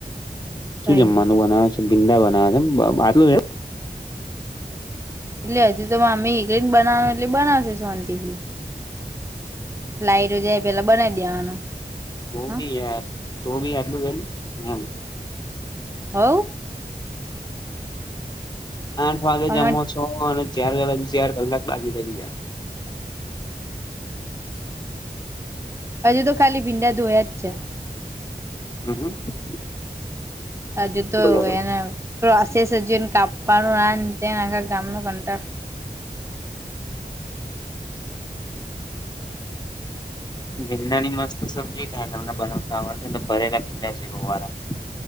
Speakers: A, on the left; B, on the right.
A: શું
B: કઈ
A: જમવાનું
B: નઈ
A: બનાવે છે. ભીંડા બનાવા આટલું.
B: એટલે હજીતો મામી એકલીને બનાવ એટલે બનાવશે શંતિજી. લાઈટ જાય પેલા બનાવી દેવાનું.
A: તું
B: હ
A: બી યાર તું બી એટલું એ એમ.
B: હવ.
A: આઠ વાગે
B: અમાર
A: જમો છો અને ચાર વાગે ચાર કલાક લાગી છે બીજા.
B: હજુ તો ખાલી ભીંડા ધોયા જ છે.
A: <inaudible>
B: હજુ તો
A: બરાબર
B: એને <unintelligible> કાપવાનું <unintelligible>
A: ભીંડા ની મસ્ત સબ્જી થાય તમને બનાવતા આવડને ભરેલા ભીંડા છે. <unintelligible>